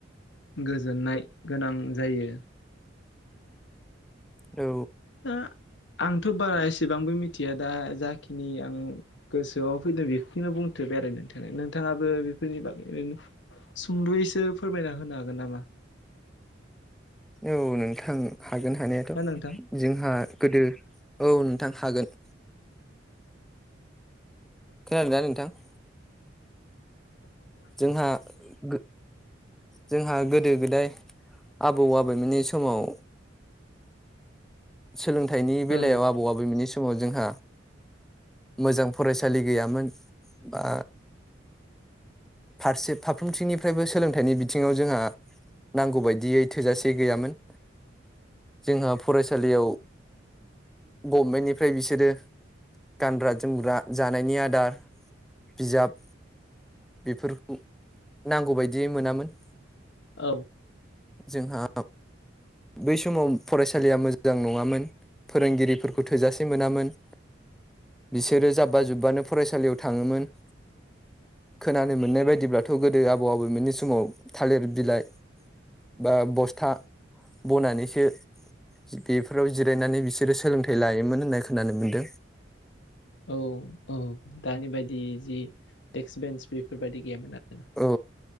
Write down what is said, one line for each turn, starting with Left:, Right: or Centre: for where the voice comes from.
Left: गोजोननाय गोनां जायो।
Centre: औ
Left: दा आंथ' बारा एसेबांबो मिथिया दा जाखिनि आं गोसोआव फैदों बेखौनो बुंथोबबाय आरो नोंथांनो नोंथाङाबो बेफोरनि बागै ओरैनो सुंद'यैसो फोरमायना होनो हागोन नामा?
Centre: औ नोंथां हागोन हानायाथ'
Left: हो नोंथां
Centre: जोंहा गोदो औ नोंथां हागोन। खोनादोंना नोंथां? जोंहा गो जोंहा गोदो गोदाय आबौ आबैमोननि समाव सोलोंथाइनि बेलायाव
Left: औ
Centre: आबौ आबौमोननि स माव जोंहा मोजां फरायसालि गैयामोन बा फारसे फारफ्रोमथिंनिफ्रायबो सोलोंथाइनि बिथिङाव जोंहा नांगौ बायदियै थोजासे गैयामोन जोंहा फरायसालियाव गभमेन्टनिफ्राय बिसोरो गानग्रा जोमग्रा जानायनि आदार बिजाब बेफोर नांगौबायदि मोनामोन।
Left: औ
Centre: जोंहा बै समाव फरायसालिया मोजां नङामोन। फोरोंगिरिफोरखौ थोजासे मोनामोन। बिसोरो जाब्बा जुब्बानो फरायसालियाव थाङोमोन। खोनानो मोननाय बायदिब्लाथ' गोदो आबौ आबौमोननि समाव थालिर बिलाइ ओ बा बस्था बनानैसो बेफोराव जिरायनानै बिसोरो सोलोंथाइ लायोमोन होननाय खोनानो मोन्दों।
Left: औ औ दानि बायदि जि देक्स बेन्स बेफोरबायदि गैयामोन आरोना।
Centre: औ